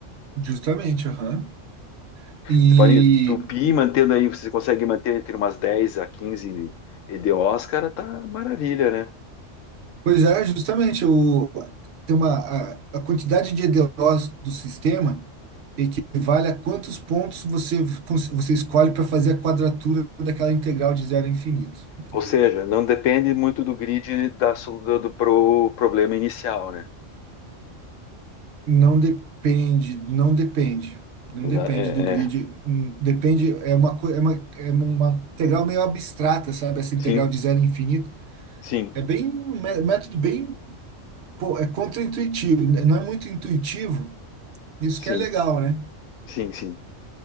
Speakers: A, on the right (about 65°); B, on the left (about 85°).
A: Justamente, aham. E,
B: Você pode entupir, mantendo aí, você consegue manter entre umas 10 a 15 EDOs, cara, tá maravilha, né?
A: pois é, justamente, o, tem uma, a, a quantidade de EDOs do sistema equivale a quantos pontos você, cons- você escolhe para fazer a quadratura daquela integral de zero a infinito, entendeu?
B: Ou seja, não depende muito do grid da, solu- do, do pro problema inicial, né?
A: Não depende, não depende, não
B: Exa-
A: depende
B: É,
A: do grid,
B: é.
A: hum, depende, é uma, co- é uma, é uma integral meio abstrata, sabe? Essa integral
B: Sim,
A: de zero a infinito.
B: sim,
A: É bem, um mé- método bem, pô, é contraintuitivo, né? não é muito intuitivo, isso
B: sim,
A: que é legal, né?
B: sim, sim.